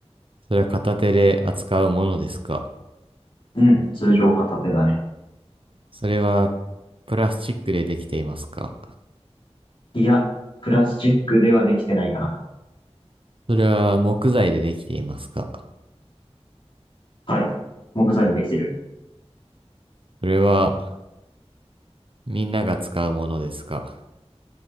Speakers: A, on the right; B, on the left.
A: それは片手で扱うものですか
B: うん。通常片手だね。
A: それは、プラスチックでできていますか
B: いや、プラスチックではできてないかな。
A: それは、木材でできていますか
B: はい。木材でできてる。
A: それは、みんなが使うものですか